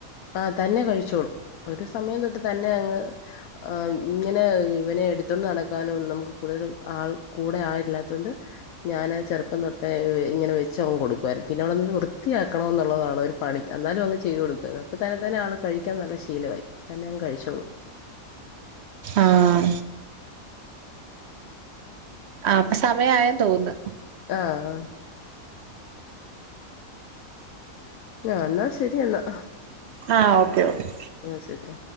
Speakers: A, on the left; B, on the right.
A: ആ തന്നെ കഴിച്ചോളൂ ഒരു സമയം തൊട്ട് തന്നെ അങ്ങ്. ആ ഇങ്ങനെ ഇവനെ എടുത്തോണ്ട് നടക്കാനും നമുക്ക് കൂടുതൽ ആൾ കൂടെ ആളില്ലാത്തൊണ്ട്. ഞാൻ ആ ചെറുപ്പം തൊട്ടേ ഇങ്ങനെ വെച്ച അവങ് കൊടുക്കുവയിരുന്നു പിന്നെ അവിടെന്ന് വൃത്തിയാക്കണം എന്നുള്ളതാണ് ഒരു. പണി എന്നാലും അങ് ചെയ്തെകൊടുക്ക പ്പ തന്നെ തന്നെ ആൾ കഴിക്കാൻ നല്ല ശീലമായി തന്നെ അങ് കഴിച്ചോളും.
B: ആഹ. ആ അപ്പൊ സമയയെന്ന് തോന്നു.
A: ആഹ. ആ എന്നാ ശരിയെന്നാ.
B: ആഹ ഓക്കെ ഓക്കെ.
A: ആ ശരി.